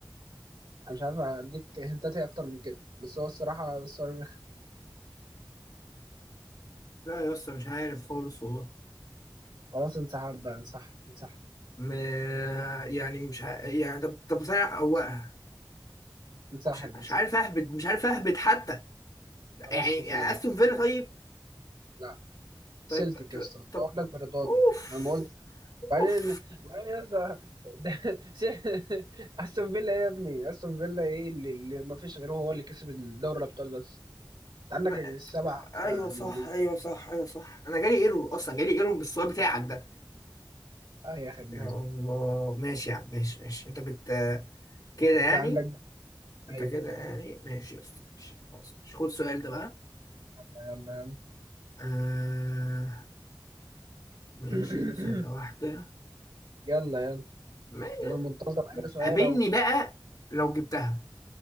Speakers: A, on the right (about 80°); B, on the left (about 50°).
A: أنا مش عارف أديك هنتات إيه أكتر من كده بس هو الصراحة الصراحة
B: لا يا اسطى مش عارف خالص والله
A: <laughs> خلاص انسحب بقى انسحب انسحب
B: م... يعني مش ع... يعني طب طب ثانية
A: خلاص
B: هو
A: انسحب
B: مش مش
A: انسحب
B: عارف اهبد مش عارف اهبد حتى يعني
A: خلاص كفاية
B: استون فيلا طيب
A: لا سلتك
B: طيب ت-
A: يا اسطى
B: طب
A: أقول لك برداني
B: اوف
A: أنا ما قلت وبعدين
B: اوف
A: وبعدين يا اسطى ده- <laughs> س- استون فيلا ايه يا ابني استون فيلا ايه اللي, اللي ما فيش غيره هو اللي كسب الدوري الابطال بس انت عندك
B: ما...
A: السبع
B: ايوه
A: فرق انجليزي
B: صح ايوه صح ايوه صح انا جالي ايرور اصلا جالي ايرور بالسؤال بتاعك ده
A: اه يا خدنا
B: يا الله ماشي يا عم ماشي ماشي انت بت كده يعني
A: كده عندك
B: انت
A: ايوه
B: كده يعني ماشي يا اسطى ماشي خلاص مش خد السؤال ده بقى
A: يلا يلا
B: آه... ماشي
A: <coughs>
B: ثانية واحدة
A: <clears throat> يلا يلا
B: ماشي.
A: يلا منتظر اي سؤال
B: قابلني
A: اهو
B: بقى لو جبتها